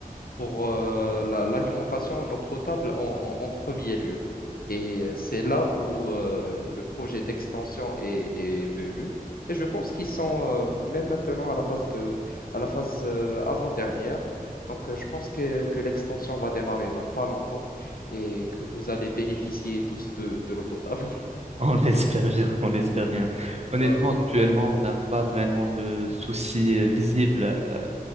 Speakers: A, on the left; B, on the right.
A: pour euh, la- l'alimentation en eau potable en, en- en premier lieu. Et euh, c'est là où euh, le projet d'extension est, est venu. Et je pense qu'ils sont euh, même maintenant à la phase de, à la phase euh, avant-dernière. Donc, euh, je pense que, que l'extension va démarrer dans pas longtemps et que vous allez bénéficier tous de de l'eau potable.
B: On l'espère bien, on l'espère bien. Honnêtement,
A: Ouais,
B: actuellement,
A: ouais,
B: on n'a pas vraiment de soucis euh, visibles à,